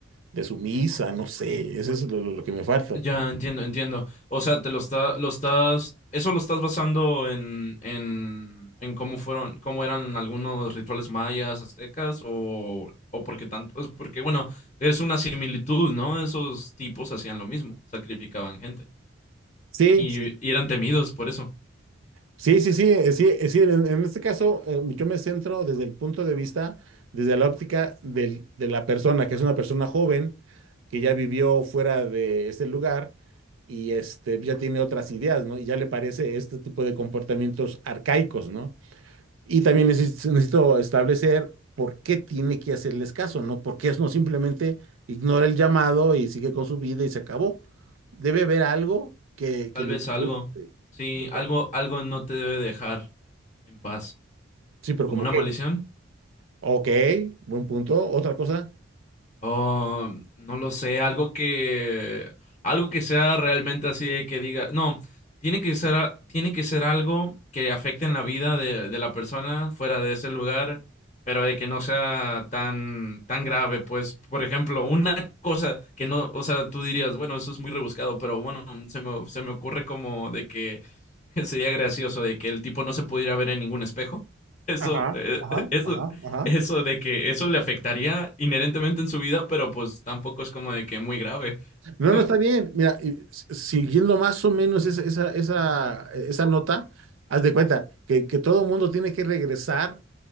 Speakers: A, on the right; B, on the left.
A: de su misa, no sé, eso es lo, lo- lo que me falta.
B: Ya entiendo, entiendo. O sea, te lo está, lo estás, eso lo estás basando en, en, en cómo fueron, cómo eran algunos rituales mayas, aztecas, o, o porque tanto, es porque bueno, es una similitud, ¿no? Esos tipos hacían lo mismo, sacrificaban gente
A: Sí,
B: y, y eran temidos por eso.
A: sí, sí, sí, eh, sí, eh, sí, en, en este caso eh, yo me centro desde el punto de vista, desde la óptica del- de la persona, que es una persona joven que ya vivió fuera de ese lugar y este, ya tiene otras ideas, ¿no? Y ya le parece este tipo de comportamientos arcaicos, ¿no? Y también neces- necesito establecer por qué tiene que hacerles caso, ¿no? Porque es no simplemente ignora el llamado y sigue con su vida y se acabó. Debe haber algo que,
B: Tal
A: que lo
B: vez
A: impulse.
B: algo, sí,
A: Exacto.
B: algo, algo no te debe dejar en paz,
A: Sí, pero
B: como
A: como
B: una
A: que,
B: maldición.
A: ok, buen punto. Otra cosa.
B: Oh, no lo sé, algo que algo que sea realmente así de que diga, no, tiene que ser a- tiene que ser algo que afecte en la vida de, de la persona fuera de ese lugar, pero de que no sea tan tan grave, pues, por ejemplo, una cosa que no, o sea, tú dirías, bueno, eso es muy rebuscado, pero bueno, se me se me ocurre como de que <laughs> sería gracioso de que el tipo no se pudiera ver en ningún espejo. Eso,
A: Ajá,
B: eh,
A: ajá,
B: eso
A: ajá, ajá.
B: eso de que eso le afectaría inherentemente en su vida, pero pues tampoco es como de que muy grave.
A: No,
B: <laughs>
A: no está bien. Mira, y s- siguiendo más o menos esa, esa, esa, e-, esa nota, haz de cuenta que, que todo mundo tiene que regresar